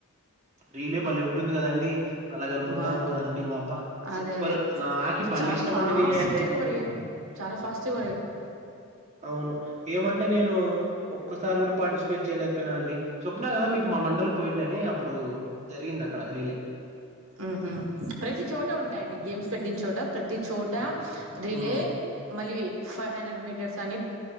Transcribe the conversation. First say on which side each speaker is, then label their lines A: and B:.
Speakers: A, on the right; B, on the right.
A: రీలే బలే ఉంటుంది కదండి నల్లగరుముంటాము
B: బాగుంటది
A: రన్నింగ్ అబ్బా సూపర్
B: అదే అదే
A: నాకి బల్లే
B: చాలా
A: ఇష్టంమండి
B: ఫాస్ట్గా
A: రీలే అంటే
B: పరిగెత్ చాలా ఫాస్ట్ గా
A: అవును ఏమంటే నేను ఒక్కసారి గుడా పార్టిసిపేట్ చేయలేకపోయినా అండి చెప్పినా కదా మీకు మా మండలి పోయింటి అని అప్పుడు జరిగింది అక్కడ రీలే
B: ఊహూ ప్రతి చోట ఉంటాయండి గేమ్స్ పెట్టిన చోట ప్రతి చోట రిలే
A: హ్మ్
B: మలివి ఫైవ్ హండ్రెడ్ మీటర్స్ అని